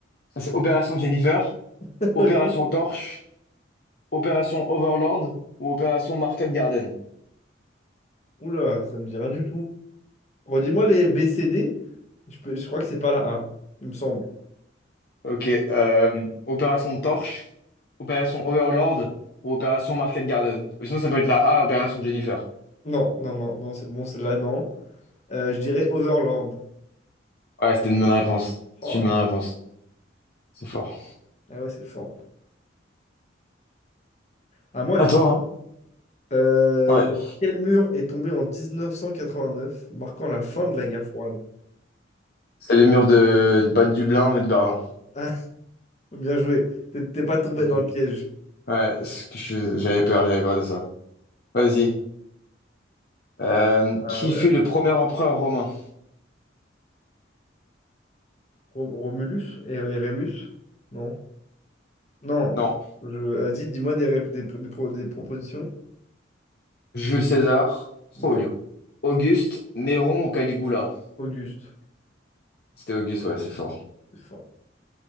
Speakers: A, on the left; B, on the left.
A: ça, c'est Opération Jennifer,
B: <laughs>
A: Opération
B: Ok.
A: Torche, Opération Overlord ou Opération Market Garden.
B: Oula, ça me dit rien du tout. Redis-moi les B, C, D. Je peux, je crois que c'est pas la A, il me semble.
A: Ok, euh, Opération Torche, Opération Overlord ou Opération Market Garden. Ou Sinon, ça peut être la A, Opération Jennifer.
B: Non, non, non, non, c'est bon, c'est là, non. Euh, je dirais Overland.
A: Ouais, c'était une bonne réponse. C'est
B: Oh
A: une
B: là
A: bonne
B: là.
A: réponse. C'est fort.
B: Ah ouais, c'est fort. À moi, du
A: À toi,
B: coup. Euh,
A: hein. Ouais.
B: quel mur est tombé en 1989, marquant la fin de la guerre froide?
A: C'est les murs de, pas de Dublin, mais de Berlin.
B: Ah, <laughs> bien joué. T'es t'es pas tombé
A: Ok.
B: dans le piège.
A: Ouais, ce que je- j'avais peur, j'avais peur de ça. Vas-y. Euh,
B: Ah
A: qui
B: ouais.
A: fut le premier empereur romain?
B: Ro- Romulus et, et Rémus? Non. Non.
A: Non.
B: pff, je- Vas-y, dis-moi des, rép- des, des pro- des propositions.
A: Jules César,
B: Non.
A: Folio. Auguste, Néron ou Caligula?
B: Auguste.
A: C'était Auguste, ouais, c'est fort.
B: C'est fort.